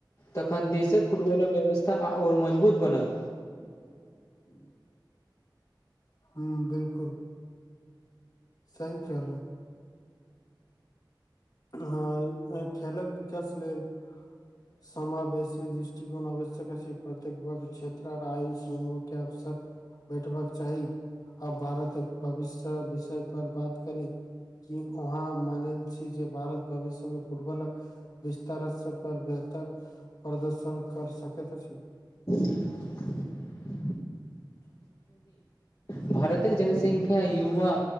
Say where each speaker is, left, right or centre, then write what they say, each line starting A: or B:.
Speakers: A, on the left; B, on the left.
A: तखन देशक फुटबॉलक व्यवस्था आओर मजबूत बनत
B: हूँ हूँ बिल्कुल सहि कहलूं हाॅं खेलक विकास लेल
A: <inaudible>
B: समावेशी दृष्टिकोण आवश्यक अछि। प्रत्येक वर्ग क्षेत्र आर आयु समूहके अवसर बैठबाक चाही आ भारतक भविष्य विषय पर बात करी की वहाँ मानल छी जे भारत भविष्यमे फुटबॉलक विस्तार पर बेहतर प्रदर्शन कर सकैत अछि
A: <unintelligible> भारतक जनसंख्या युवा